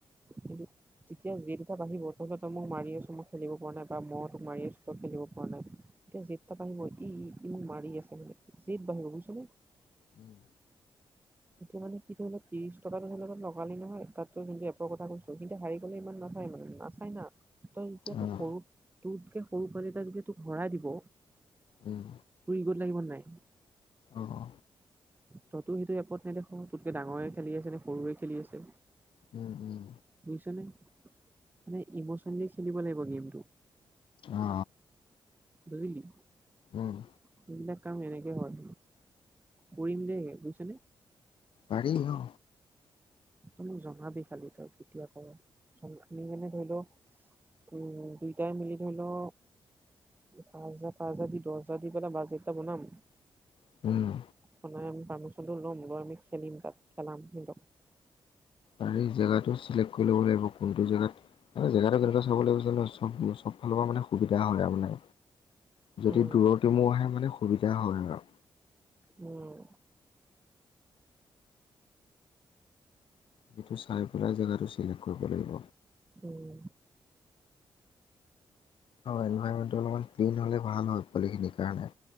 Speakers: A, on the right; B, on the left.
A: কিন্তু। যেতিয়া যি দুটা বাঢ়িব তহঁত তই মোক মাৰি আছ মই খেলিব পৰা নাই বা মই তোক মাৰি আছো ত খেলিব পৰা নাই। এতিয়া জিদ টা বাঢ়িব ই ই ই মাৰি আছে মানে জিদ বাঢ়িব বুজিছা নে।
B: উম।
A: এতিয়া মানে কি ধৰি লও ত্ৰিশ টকাটো ধৰি লও লগালি নহয় তাতো যোনটো এপৰ কথা কৈছো- সি এতিয়া হাৰি গ'লে ইমান নাচায় মানে নাচায় না। তই যেতিয়া
B: অঁ
A: তোক সৰু তোতকে সৰু পোৱালি এটা যেতিয়া তোক হৰাই দিব।
B: উম।
A: তোৰ ইগত লাগিব নাই?
B: অঁ।
A: তইতো সেইটো এপত নেদেখ তোতকে ডাঙৰে খেলি আছে নে সৰুৰে খেলি আছে।
B: উম, উম।
A: বুজিছ নে মানে ইমচনেলি খেলিব লাগিব গেমটো।
B: অঁ
A: বুজিলি।
B: অঁ
A: সেইবিলাক কাম এনেকে হয় কৰিম দেই বুজিছানে?
B: পাৰি অ।
A: তই মোক জনাবি খালি তই কেতিয়া কৰ? আমি মানে ধৰি ল' উম দুইটাই মিলি ধৰি ল' পাঁচজা পাঁচজা দি দছজা দি পেলাই বাজেট এটা বনাম।
B: অঁ
A: বনাই আমি পাৰ্মিচনটো ল'ম লৈ আমি খেলিম তাত খেলাম সিহঁতক।
B: পাৰি জেগাটো চিলেক্ট কৰি ল'ব লাগিব কোনটো জেগাত আৰু জেগাটো কেনেকুৱা চাব লাগিছিলে নহয় চব চব ফালৰ পৰা মানে সুবিধা হয় আৰু মানে। যদি
A: উম
B: দূৰৰ টিমো আহে মানে সুবিধা হয় আৰু।
A: উম।
B: সেইটো চাই পেলাই জেগাটো চিলেক্ট কৰিব লাগিব।
A: উম।
B: অ এনভাইৰমেন্টটো অলমান ক্লিন হ'লে ভাল হয় পোৱালি খিনিৰ কাৰণে।